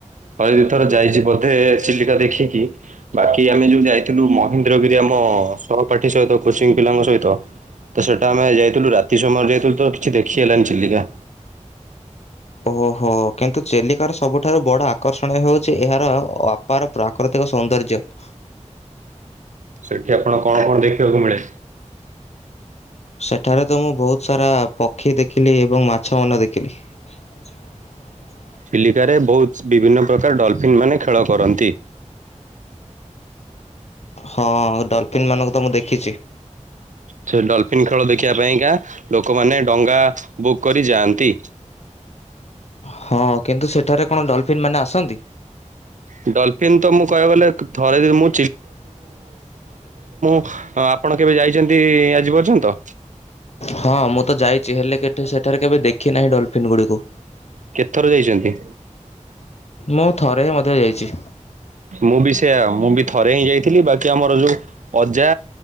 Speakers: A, on the right (about 75°); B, on the left (about 55°).
A: ଥରେ ଦିଥର ଯାଇଛି ବୋଧେ ଚିଲିକା ଦେଖିକି ବାକି ଆମେ ଯୋଉ ଯାଇଥିଲୁ ମହେନ୍ଦ୍ରଗିରି ଆମ ହ ହ ସହପାଠୀ ସହିତ କୋଚିଂ ପିଲାଙ୍କ ସହିତ। ତ ସେଟା ଆମେ ଯାଇଥିଲୁ ରାତି ସମୟରେ ଯାଇଥିଲୁ ତ କିଛି ଦେଖି ହେଲାନି ଚିଲିକା।
B: ଓ ହୋ କିନ୍ତୁ ଚିଲିକାର ସବୁଠାରୁ ବଡ଼ ଆକର୍ଷଣୀୟ ହେଉଛି ଏହାର ଅପାର ପ୍ରାକୃତିକ ସୌନ୍ଦର୍ଯ୍ୟ। <inaudible>
A: ସେଠି ଆପଣ କଣ କଣ ଦେଖିବାକୁ ମିଳେ।
B: ସେଠାରେ ତ ମୁଁ ବହୁତ ସାରା ପକ୍ଷୀ ଦେଖିଲି ଏବଂ ମାଛ ମାନ ଦେଖିଲି। <inaudible>
A: ଚିଲିକାରେ ବହୁତ ବିଭିନ୍ନ ପ୍ରକାର ଡଲଫିନ୍ ମାନେ ଖେଳ କରନ୍ତି।
B: ହଁ ଡଲଫିନ ମାନଙ୍କୁ ତ ମୁଁ ଦେଖିଛି।
A: ସେ ଡଲଫିିନ ଖେଳ ଦେଖିବା ପାଇଁକା ଲୋକମାନେ ଡଙ୍ଗା ବୁକ୍ କରି ଯାଆନ୍ତି।
B: ହଁ କିନ୍ତୁ ସେଠାରେ କଣ ଡଲଫିନ୍ ମାନେ ଆସନ୍ତି?
A: ଡଲଫିନ୍ ତ ମୁଁ କହିବାକୁ ଗଲେ ଥରେ ଯଦି ମୁଁ ହଁ ଆପଣ କେବେ ଯାଇଛନ୍ତି ଆଜି ପର୍ଯ୍ୟନ୍ତ?
B: ହଁ ମୁଁ ତ ଯାଇଛି ହେଲେ କେଠ ସେଠାରେ କେବେ ଦେଖି ନାହିଁ ଡଲଫିନ୍ ଗୁଡିକୁ।
A: କେତ ଥର ଯାଇଛନ୍ତି?
B: ମୁଁ ଥରେ ହିଁ ମଧ୍ୟ ଯାଇଛି।
A: ମୁଁ ବି ସେଆ ମୁଁ ବି ଥରେ ହିଁ ଯାଇଥିଲି ବାକି ଆମର ଯୋଉ ଅଜା